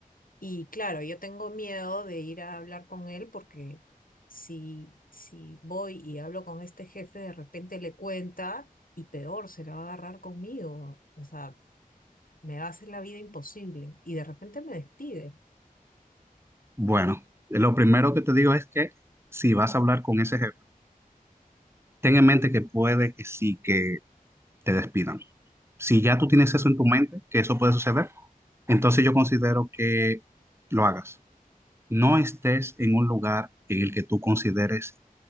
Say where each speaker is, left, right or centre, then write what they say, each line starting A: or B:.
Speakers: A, on the left; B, on the right.
A: y claro, yo tengo miedo de ir a hablar con él porque si, si voy y hablo con este jefe, de repente le cuenta y peor, se la va a agarrar conmigo. O sea, me va a hacer la vida imposible y de repente me despide.
B: Bueno, lo primero que te digo es que si vas a hablar con ese jefe, ten en mente que puede que sí que te despidan. Si ya tú tienes eso en tu mente, que eso puede suceder, entonces yo considero que lo hagas. No estés en un lugar en el que tú consideres